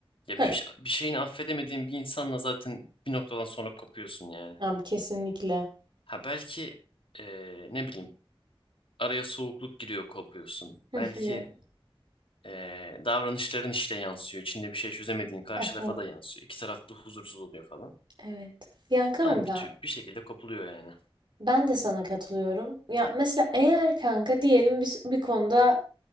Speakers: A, on the left (about 70°); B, on the right (about 55°).
A: ya
B: ha.
A: bir, şey- bir şeyini affedemediğin bir insanla zaten bir noktadan sonra kopuyorsun yani.
B: Abi kesinlikle.
A: Ha belki eee, ne bileyim araya soğukluk giriyor kopuyorsun.
B: Hı
A: Belki
B: hı.
A: eee, davranışların işte yansıyor. İçinde bir şey çözemediğin karşı
B: Hı
A: tarafa
B: hı.
A: da yansıyor. İki taraf da huzursuz oluyor falan.
B: Evet. Ya kanka
A: Ama bir tür bir şekilde kopuluyor yani.
B: ben de sana katılıyorum. Ya mesela eğer kanka diyelim biz bir konuda